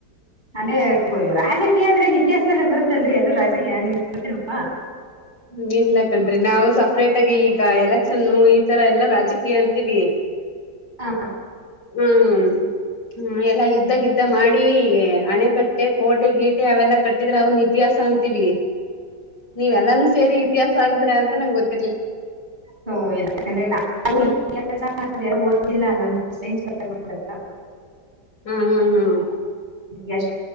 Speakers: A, on the right; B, on the left.
A: ಅದೆ ಅ ರಾಜಕೀಯ ಆದ್ರೆ ಏನ್ ಇತಿಹಾಸ್. ಅಲ್ಲೆ ಬರುತ್ತಲ್ರಿ ಅದು ರಾಜಯಾನಿ ಪ್ರತಿರೂಪಾ.
B: ಹ್ಮಂ ಇಲ್ಲ ಕಣ್ರಿ ನಾವು ಸಪ್ರೇಟ್ ಆಗಿ ಈಗ ಎಲೆಕ್ಷನ್ನು ಈ ತರ ಎಲ್ಲಾ ರಾಜಕೀಯ ಅಂತೀವಿ.
A: ಹ
B: ಹ್ಮ್ ಹ್ಮ ಎಲ್ಲಾ ಯುದ್ಧ ಗಿದ್ದ ಮಾಡಿ ಅಣೆ ಕಟ್ಟೆ ಕೋಟೆ ಗೀಟೆ ಅವೆಲ್ಲ ಕಟ್. ಇದ್ರವು ಇತಿಹಾಸ ಅಂತೀವಿ ನೀವೆಲ್ಲಾನು. ಸರಿ ಇತಿಹಾಸ ಅಂತೀರಾ ಅಂತ ನಂಗ ಗೊತ್.
A: ಹೊ ಇಲ್ಲಾ ಕಂಡ್ರಿ ನಾನು <unintelligible> ಹಾ ಅದು ಯಾರೊ ಓದಿಲ್ಲ ನಮ್ಮದ್ ಸೈನ್ಸ್. <unintelligible>
B: ಹ್ಮ್ ಹ್ಮ್ ಹ್ಮ್.
A: ಎಸ್ಟ.